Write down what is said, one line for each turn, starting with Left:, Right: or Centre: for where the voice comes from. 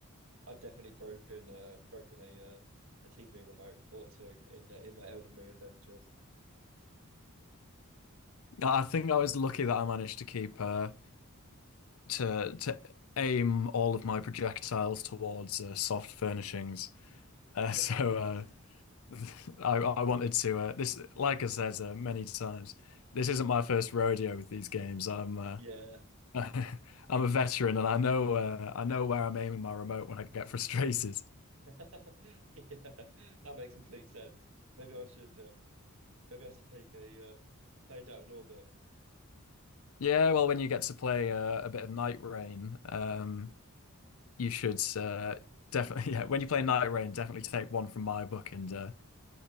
Right: I've definitely broken uh broken a uh, a TV remote or two in uh, in my Elden Ring adventures.
Left: I think I was lucky that I managed to keep uh, to to aim all of my projectiles towards uh, soft furnishings. Uh,
Right: <laughs>
Left: <laughs> so uh, <laughs> I, I wanted to uh, this like I said uh, many times this isn't my first rodeo with these games I'm uh,
Right: Yeah.
Left: <laughs> I'm a veteran and I know uh, I know where I'm aiming my remote when I get <laughs> frustrated
Right: <laughs> Yeah. That makes complete sense. Maybe I should um maybe I should take a uh, page out of your book.
Left: yeah well when you get to play uh, a bit of Night Rain um you should uh, definitely <laughs> yeah when you play Night Rain definitely take one from my book and uh,